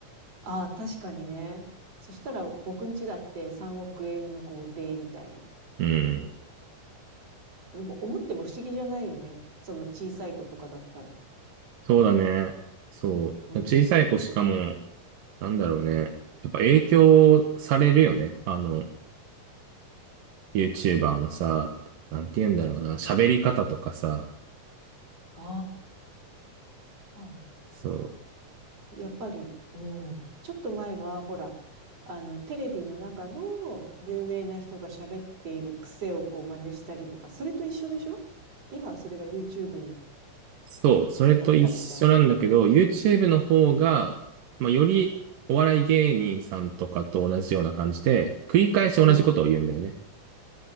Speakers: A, on the right; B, on the right.
A: ああ、確かにね。そしたら僕ん家だって3億円の豪邸みたいな。
B: うん、
A: でも思っても不思議じゃないよね。その小さい子とかだったら。
B: そうだね。そう、
A: うん。
B: 小さい子しかも、なんだろうね、やっぱ影響されるよね。あの、YouTuber のさ、なんて言うんだろうな、喋り方とかさ、
A: ああ、
B: そう、
A: やっぱり、うん。ちょっと前は、ほら、あの、テレビの中の有名な人が喋っている癖をこう真似したりとか、それと一緒でしょ今はそれが YouTube に
B: そう、それと一緒なんだけど、
A: なったみたいな。
B: YouTube の方が、まあ、よりお笑い芸人さんとかと同じような感じで、繰り返し同じことを言うんだよね。
A: うん。